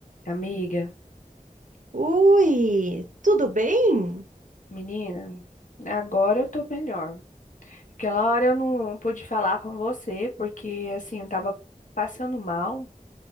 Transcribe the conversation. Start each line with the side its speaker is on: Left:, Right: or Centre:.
Left: Amiga,
Right: Oi, tudo bem?
Left: menina, agora eu tô melhor. Aquela hora eu não pude falar com você, porque assim, eu tava passando mal,